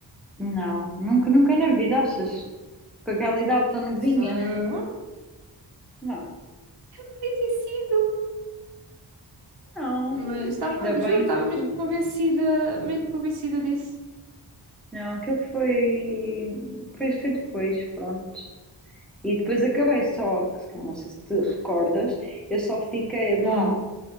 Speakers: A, in the centre; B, on the right.
A: Não, nunca, nunca na vida, achas? Com aquela idade tão novinha.
B: Se- não,
A: Não,
B: podia ter sido,
A: não,
B: mas estava,
A: ainda bem
B: juro, estava
A: que.
B: mesmo convencida, mesmo convencida disso.
A: Não, aquilo foi. Foi, foi depois, pronto. E depois acabei só, que se calhar não sei se te recordas, eu só fiquei lá,
B: Hum,